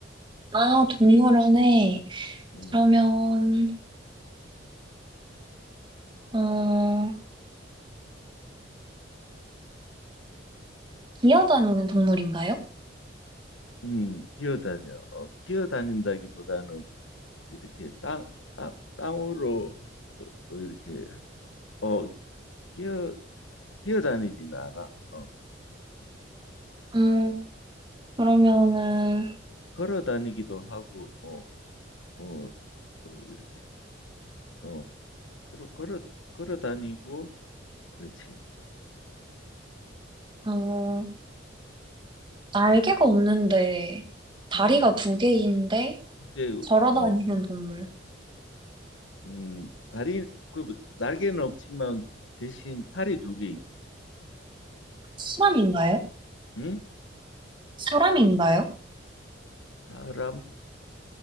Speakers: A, on the right; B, on the left.
A: 아, 동물원에,
B: 음,
A: 그러면, 어, 기어다니는 동물인가요?
B: 음, 기어다녀. 어, 기어다닌다기보다는 이렇게 땅, 땅, 땅으로 어, 이렇게 어, 기어, 기어다니지는 않아. 어,
A: 음, 그러면은,
B: 걸어다니기도 하고, 어, 어, 또 이렇게 어, 걸어 걸어 걸어다니고, 그렇지.
A: 어 날개가 없는데 다리가
B: 음,
A: 두 개인데
B: 그게
A: 걸어
B: 어.
A: 다니는 동물.
B: 음, 다리, 그, 뭐, 날개는 없지만 대신 팔이 두 개 있지.
A: 사람인가요?
B: 응?
A: 사람인가요?
B: 사람?